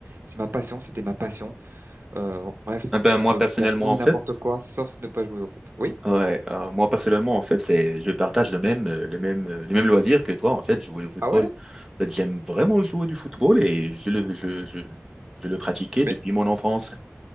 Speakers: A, on the right; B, in the centre.
A: c'est ma passion. C'était ma passion. Euh, bon, bref,
B: Ah ben
A: je
B: moi
A: peux
B: personnellement
A: faire tout
B: en
A: et
B: fait,
A: n'importe quoi, sauf ne pas jouer au foot. Oui?
B: ouais, euh, moi personnellement en fait, c'est je partage le même euh, le même euh, le même loisir que toi en fait, jouer au football.
A: Ah ouais?
B: En fait, j'aime vraiment jouer du football et je le je, je, je le pratiquais depuis
A: Mais
B: mon enfance.